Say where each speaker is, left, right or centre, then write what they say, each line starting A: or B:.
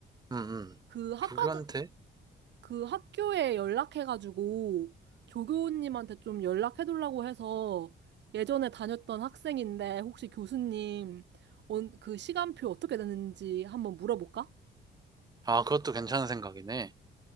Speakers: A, on the right; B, on the right.
A: 응, 응.
B: 그 학과장,
A: 조교한테?
B: 그 학교에 연락해가지고 조교님한테 좀 연락해달라고 해서 예전에 다녔던 학생인데 혹시 교수님 온- 그 시간표 어떻게 되는지 한번 물어볼까?
A: 아, 그것도 괜찮은 생각이네.